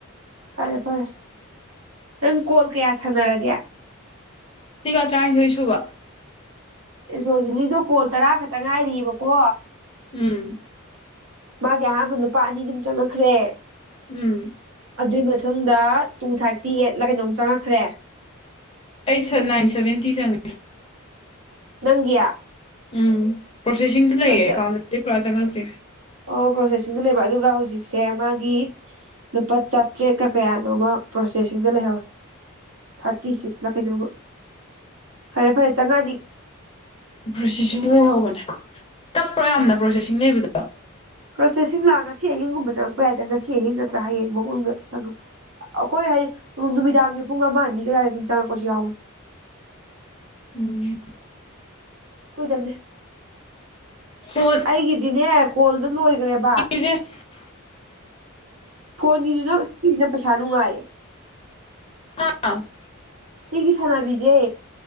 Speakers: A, on the right; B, on the left.
A: ꯐꯔꯦ ꯐꯔꯦ ꯅꯪ ꯀꯣꯜ ꯀꯌꯥ ꯁꯥꯟꯅꯔꯒꯦ
B: ꯁꯤꯒ ꯇꯔꯥꯅꯤꯊꯣꯏ ꯁꯨꯕ
A: ꯔꯣꯖꯤꯂꯤꯗꯣ ꯀꯣꯜ ꯇꯔꯥ ꯈꯛꯇ ꯉꯥꯏꯔꯤꯕꯀꯣ
B: ꯎꯝ
A: ꯃꯥꯒꯤ ꯑꯍꯥꯟꯕꯗ ꯂꯨꯄꯥ ꯑꯅꯤ ꯑꯗꯨꯝ ꯆꯪꯉꯛꯈ꯭ꯔꯦ
B: ꯎꯝ
A: ꯑꯗꯨꯏ ꯃꯊꯪꯗ ꯇꯨ ꯊꯥꯔꯇꯤ ꯑꯩꯠꯂ ꯀꯩꯅꯣꯝ ꯆꯪꯉꯛꯈ꯭ꯔꯦ
B: ꯑꯩꯠ ꯁꯥꯔ ꯅꯥꯏꯟ ꯁꯕꯦꯟꯇꯤ ꯆꯪꯉꯦ
A: ꯅꯪꯒꯤ
B: ꯎꯝ ꯄ꯭ꯔꯣꯁꯦꯁꯤꯡꯗꯨ ꯂꯩꯌꯦ
A: ꯐꯖ
B: ꯑꯦꯀꯥꯎꯟꯗꯗꯤ ꯄꯨꯔꯥ ꯆꯪꯉꯛꯇ꯭ꯔꯤ
A: ꯑꯣ ꯄ꯭ꯔꯣꯁꯦꯁꯤꯡꯗꯨꯣ ꯂꯩꯕ ꯑꯗꯨꯒ ꯍꯧꯖꯤꯛꯁꯦ ꯃꯥꯒꯤ ꯂꯨꯄꯥ ꯆꯥꯇ꯭ꯔꯦꯠꯀ ꯀꯌꯥꯅꯣꯃ ꯄ꯭ꯔꯣꯁꯦꯁꯤꯡꯗ ꯂꯩꯍꯧꯋꯤ ꯊꯥꯔꯇꯤ ꯁꯤꯛꯁ ꯂ ꯀꯩꯅꯣꯃꯥ ꯐꯔꯦ ꯐꯔꯦ ꯆꯥꯉꯛꯑꯗꯤ
B: ꯄ꯭ꯔꯣꯁꯦ ꯂꯩꯍꯧꯕꯅꯦ ꯇꯞꯄ꯭ꯔ ꯌꯥꯝꯅ ꯄ꯭ꯔꯣꯁꯦꯁꯤꯡ ꯂꯩꯕꯗꫭ
A: ꯄ꯭ꯔꯣꯁꯦꯁꯁꯤꯡ ꯂꯥꯛ ꯉꯁꯤ ꯑꯍꯤꯡꯒꯨꯝꯕ ꯆꯪꯉꯛꯄ ꯌꯥꯏꯗꯅ ꯉꯁꯤ ꯑꯍꯤꯡ ꯅꯠꯇ꯭ꯔꯥ ꯍꯌꯦꯡ ꯐꯥꯎ ꯃꯅꯨꯡꯗ ꯆꯪꯛꯄ ꯑꯩꯈꯣꯏ ꯍꯥꯏ ꯅꯨꯃꯤꯗꯥꯡꯒꯤ ꯄꯨꯡ ꯑꯃ ꯑꯅꯤ ꯀꯗꯥꯏꯗ ꯑꯗꯨꯝ ꯆꯪꯉꯛꯄꯁꯨ ꯌꯥꯎꯕꯅꯦ
B: ꯎꯝ
A: ꯀꯨꯏꯗꯕꯅꯦ
B: ꯐꯣꯟ
A: ꯑꯩꯒꯤꯗꯤꯅꯦ ꯀꯣꯜꯗ ꯂꯣꯏꯈ꯭ꯔꯦꯕ
B: ꯀ <inaudible>
A: ꯐꯣꯟꯒꯤꯁꯤꯅ ꯁꯤꯁꯤꯅ ꯄꯩꯁꯥ ꯅꯨꯡꯉꯥꯏꯌꯦ
B: ꯍꯥ <unintelligible>
A: ꯁꯤꯒꯤ ꯁꯥꯟꯅꯕꯤꯁꯦ